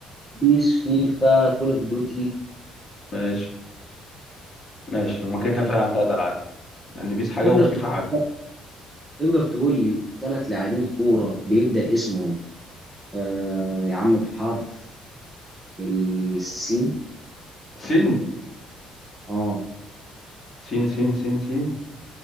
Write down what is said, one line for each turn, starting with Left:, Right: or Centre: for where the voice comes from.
Centre: بيس فيفا كول اوف ديوتي
Left: ماشي ماشي هما كده
Centre: ماشي
Left: كده فعلا ثلاث العاب لان بيس حاجه
Centre: تقدر
Left: وفيفا
Centre: تقول
Left: حاجه
Centre: تقدر تقول لي ثلاث لاعبين كوره بيبدا اسمهم آه يا عم بحرف السين
Left: سين
Centre: اه
Left: سين سين سين سين